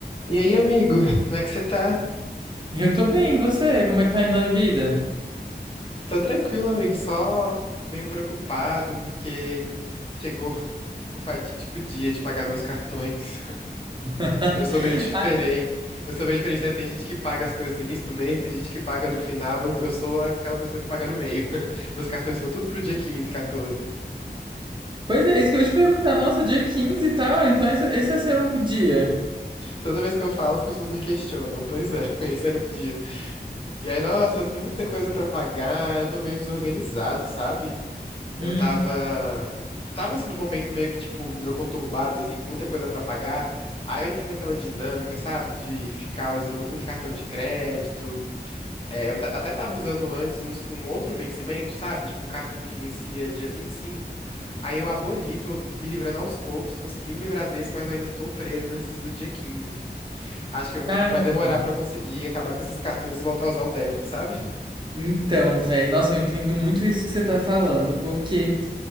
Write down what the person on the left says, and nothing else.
E aí, amigo, como é que você tá?
Tô tranquilo, amigo, só meio preocupado porque chegou o fatídico dia de pagar meus cartões. <laughs>
Eu sou meio diferente.
Eu sou meio diferente, né? Tem gente que paga as coisas no início do mês, tem gente que paga no final. Eu, eu sou aquela pessoa que paga no meio. <laughs> Meus cartões são tudo pro dia 15, 14.
Toda vez que eu falo, as pessoas me questionam. Pois é, <laughs> esse é meu dia. E aí, nossa, muita coisa pra pagar. Eu tô meio desorganizado, sabe? Eu
tava. Tava assim no momento meio que, tipo, meio conturbado, assim, com muita coisa pra pagar. Aí eu entrei naquela dinâmica, sabe, de ficar usando muito cartão de crédito. É, eu ta- até tava usando antes uns com outro vencimento, sabe? Tipo, um cartão que vencia dia 25. Aí eu aboli, tô me livrando aos poucos, consegui me livrar desse, mas eu ainda tô preso nesses do dia 15. Acho que eu vou,
vai demorar pra eu conseguir acabar com esses cartões e voltar a usar o débito, sabe?